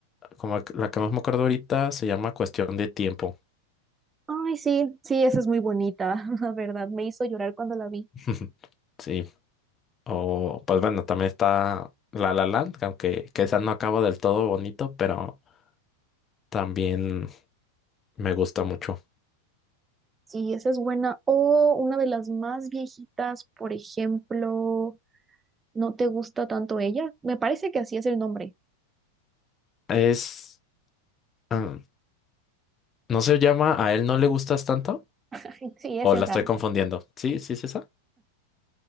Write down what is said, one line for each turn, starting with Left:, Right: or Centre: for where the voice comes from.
Left: como la que la que más me acuerdo ahorita, se llama Cuestión de Tiempo.
Right: Ay, sí, sí, esa es muy bonita, <laughs> la verdad. Me hizo llorar cuando la vi.
Left: <laughs> Sí. O, pues bueno, también está La La Land, que aunque que esa no acaba del todo bonito, pero también me gusta mucho.
Right: Sí, esa es buena. O una de las más viejitas, por ejemplo, ¿no te gusta tanto ella? Me parece que así es el nombre.
Left: Es, ah, ¿no se llama A él no le gustas tanto?
Right: <laughs> Sí, es
Left: ¿O
Right: esa.
Left: la estoy confundiendo? Sí, sí, sí,